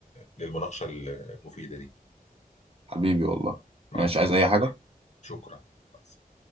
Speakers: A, on the left; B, on the right.
A: للمناقشه المفيده دي
B: حبيبي والله
A: مع
B: ماشي
A: السلامه
B: عايز اي حاجه
A: شكرا مع السلامة.